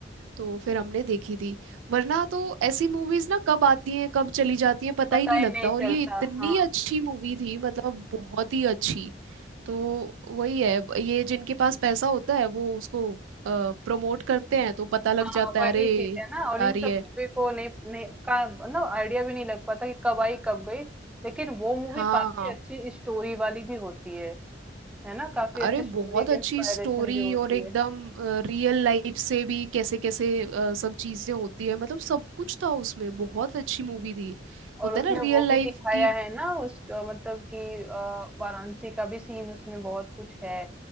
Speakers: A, on the right; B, in the centre.
A: तो फिर हमने देखी थी वरना तो ऐसी मूवीज ना कब आती हैं कब चली जाती हैं पता
B: पता
A: ही नहीं लगता
B: ही नहीं
A: और
B: चलता
A: ये इतनी
B: हाँ
A: अच्छी मूवी थी मतलब बहुत ही अच्छी तो वही है ब- ये जिनके पास पैसा होता है वो उसको प्रमोट करते हैं तो पता
B: हाँ
A: लग जाता
B: वही
A: है अरे
B: चीज
A: ये
B: है ना और
A: आ
B: इन
A: रही
B: सब
A: है
B: मूवी को नहीं, नहीं का ना आइडिया भी नहीं लग पाता कि कब आई कब गई लेकिन वो मूवी
A: हाँ
B: काफी अच्छी स्टोरी वाली भी होती है है ना काफी
A: अरे
B: अच्छी स्टोरी
A: बहुत अच्छी
B: इंस्पायरेशन
A: स्टोरी
B: भी होती
A: और एकदम
B: है
A: रियल लाइफ से भी कैसे कैसे अ, सब चीजें होती है मतलब सब कुछ था उसमें बहुत अच्छी मूवी थी
B: और
A: होता
B: उसमें
A: है ना रियल
B: वो
A: लाइफ
B: भी दिखाया
A: की
B: है ना उस अ, मतलब कि अ, वाराणसी का भी सीन उसमें बहुत कुछ है